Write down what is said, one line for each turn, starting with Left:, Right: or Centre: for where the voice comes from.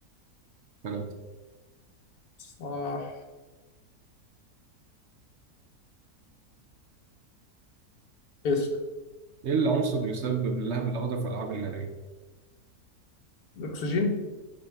Right: بلد
Left: صح اسأل
Right: ايه العنصر اللي يسبب اللهب الأخضر في الألعاب النارية
Left: الأكسجين